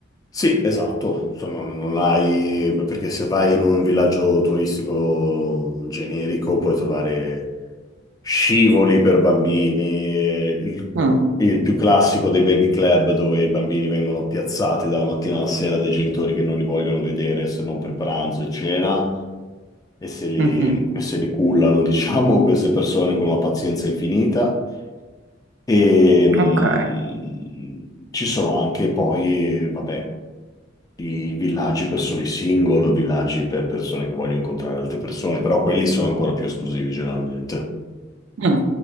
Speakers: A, on the left (about 20°); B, on the right (about 70°).
A: Sì, esatto, Insomma, non non hai, perché se vai in un villaggio turistico generico puoi trovare scivoli per bambini, il,
B: Mm,
A: il più classico dei baby club dove i bambini vengono piazzati dalla mattina alla sera dai genitori che non li vogliono vedere se non per pranzo e cena. e se li,
B: mhm,
A: e se li cullano, <laughs> diciamo, queste persone con una pazienza infinita. E mh,
B: Ok.
A: ci sono anche poi, vabbè, i villaggi per soli single, villaggi per persone che vogliono incontrare altre persone, però quelli sono ancora più esclusivi generalmente.
B: Mm.